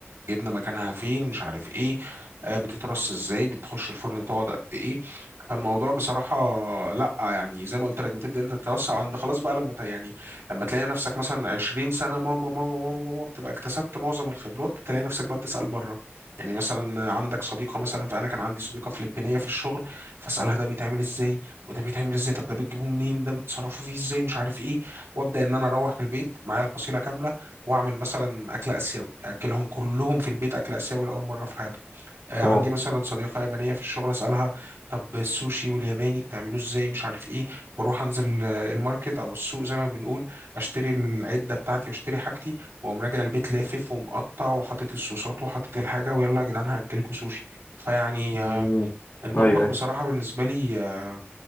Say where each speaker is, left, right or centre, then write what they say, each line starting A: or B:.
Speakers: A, on the right; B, on the left.
A: جبنا مكانها فين مش عارف ايه آه، بتترص ازاي بتخش الفرن تقعد قد ايه فالموضوع بصراحة لا يعني زي ما قلت لك بتبدأ انت تتوسع عند خلاص بقى لما ت- يعني لما تلاقي نفسك مثلا 20 سنة ماما ماما ماما ماما بتبقى اكتسبت معظم الخبرات تلاقي نفسك بقى بتسأل بره يعني مثلا عندك صديقة مثلا فأنا كان عندي صديقة فلبينية في الشغل فأسألها ده بيتعمل ازاي وده بيتعمل ازاي طب ده بتجيبوه منين ده بتصرفوا فيه ازاي مش عارف ايه وابدا ان انا اروح البيت معايا الفصيله كامله واعمل مثلا اكل اسيوي اكلهم كلهم في البيت اكل اسيوي لاول مره في حياتهم آه، عندي
B: واو
A: مثلا صديقه يابانيه في الشغل اسالها طب السوشي والياباني بتعملوه ازاي مش عارف ايه واروح انزل آه، الماركت او السوق زي ما بنقول اشتري العده بتاعتي واشتري حاجتي واقوم راجع البيت لافف ومقطع وحاطط الصوصات وحاطط الحاجه ويلا يا جدعان هاكلكوا سوشي فيعني
B: امم
A: آه، المطبخ
B: ايوه
A: بصراحه
B: ايوه
A: بالنسبه لي آه،